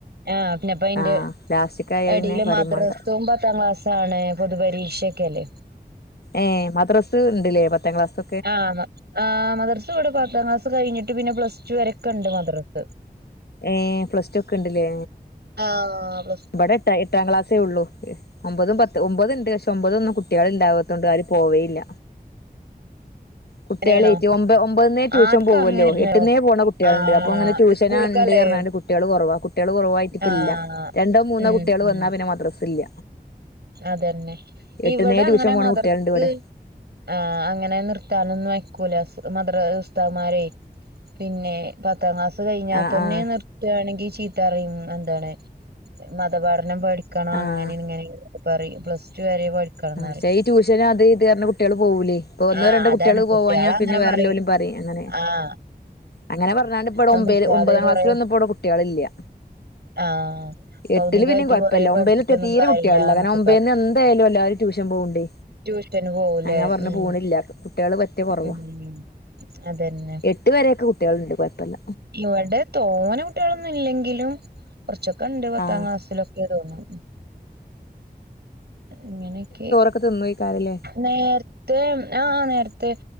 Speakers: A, on the right; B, on the left.
A: ആഹ് പിന്നിപ്പൊ അയിന്റെ
B: ആഹ് ലാസ്റ്റ്ക്കായ
A: എടി
B: പിന്നെ പറയും
A: മദ്രസവും
B: മാണ്ട
A: പത്താം ക്ലാസ്സ് ആണെ പൊതുപരീക്ഷൊക്കെ അല്ലേ
B: ഏഹ് മദ്രസ് ഉണ്ടല്ലേ പത്താം ക്ലാസ്
A: ആഹ് മ ആഹ് മദ്രസ് ഇവിടെ പത്താം ക്ലാസ് കഴിഞ്ഞിട്ട് പിന്നെ പ്ലസ് ടു വരെയൊക്കെ ഉണ്ട് മദ്രസ്
B: ഏഹ് പ്ലസ് ടു ഒക്കെ ഉണ്ടല്ലേ
A: ആഹ അവ
B: ഇവിടെ എ എട്ടാം ക്ലാസേ ഉള്ളൂ ഒമ്പതും പത്ത് ഒമ്പത് ഉണ്ട് പക്ഷെ ഒമ്പത് ഒന്നും കുട്ടികൾ ഉണ്ടാകാ ത്തോണ്ട് ആരും പോവേയില്ല കുട്ടികൾ
A: അങ്ങനെയാണോ
B: ഒ ഒമ്പതിന്നേ ട്യൂഷൻ
A: ആദ്യൊക്കെ
B: പോവോല്ലോ
A: അങ്ങനെയായിരുന്നോ
B: എട്ട്ന്നേപോണ കുട്ടികളുണ്ട്
A: ആഹ്
B: അപ്പൊ അങ്ങനെ ട്യൂഷന
A: സ്കൂൾക്കല്ലേ
B: ണ്ട്ഞ്ഞാണ്ട് കുട്ടികള് കൊറവാ കുട്ടികൾ കൊ റവായിട്ട് ഇപ്പ
A: ആഹ്
B: ഇല്ല രണ്ടോ മൂന്നോ
A: ഉം
B: കുട്ടികൾ
A: ഉം
B: വന്നാ പിന്നെ മദ്രസ ഇല്ല
A: അതന്നെ
B: എട്ട്ന്നേ
A: ഇവിടെ അങ്ങനെ
B: ട്യൂഷൻ പോണ
A: മദർക്ക്
B: കുട്ട്യാള്ണ്ട് ഇവടെ
A: ആ അങ്ങനെ നിർത്താനൊന്നും വയ്ക്കൂല മദറ ഉസ്താദമ്മാരെ പിന്നെ പത്താം ക്ലാസ് കഴിഞ്ഞാൽ
B: ആഹ്
A: തന്നെ
B: ആഹ്
A: നിർ ത്തയാണെങ്കിൽ ചീത്ത അറിയും എന്താണ് മതപാഠനം പഠിക്കണം
B: ആഹ്
A: അങ്ങനേണ് ഇങ്ങനേണ് പറയും പ്ലസ് ടു വരെ പഠിക്കണംന്ന്
B: ആ പക്ഷെ
A: പറയും
B: ഈ ട്യൂഷന് അത് ഇത് പ റഞ്ഞ് കുട്ടികൾ പോവൂലെ ഇപ്പൊ ഒന്നോ
A: ആഹ്
B: രണ്ടോ
A: അതാണ്
B: കുട്ടികൾ
A: കുട്ടികള
B: പോവാഞ്ഞാ പിന്നെ
A: അങ്ങനെ
B: വേറെ
A: പറയും
B: എല്ലോലും പപറയും അങ്ങനെ
A: ആഹ്
B: അങ്ങനെ പറഞ്ഞാണ്ട് ഇപ്പ ഇടെ
A: പഠിക്കാതെ
B: ഒമ്പല് ഒമ്പതാം
A: കൊറെ
B: ക്ലാസിൽന്നും ഇപ്പൊ ഇടെ കുട്ടികളില്ല്യ
A: ആഹ്
B: എട്ടില്
A: ഭൗതികമായിട്ട്
B: പിന്നും കൊഴപ്പല്ല
A: കൊറെ പഠിച്ചിട്ടൊന്നും
B: ഒമ്പൈല് തീരെ
A: കാര്യല്ല
B: കുട്ടികളില്ല
A: എന്നൊക്കെ
B: കാരെ ഒമ്പൈൽ
A: പറയും
B: നിന്ന് എന്തായാലും എല്ലാരും ട്യൂഷൻ പോവുണ്ട്
A: ട്യൂഷന് പോവൂലേ
B: അങ്ങനെ പറഞ്ഞപോണില്ല
A: ഉം
B: കുട്ടികള് പറ്റിയ കൊറവാ
A: ഉം അതന്നെ
B: എട്ട് വരെക്കെ കുട്ട്യാളുണ്ട് കുഴപ്പല്ല
A: ഇവടെ തോന കുട്ടികളൊന്നും ഇല്ലെങ്കിലും കൊറച്ചൊക്കെ ണ്ട് പത്താം
B: ആഹ്
A: ക്ലാസ്സിലൊക്കെ തോന്നും ഇങ്ങനെയൊക്കെ
B: ന്നോ കാര്യില്ല
A: നേർത്തെ ആഹ് നേർത്തെ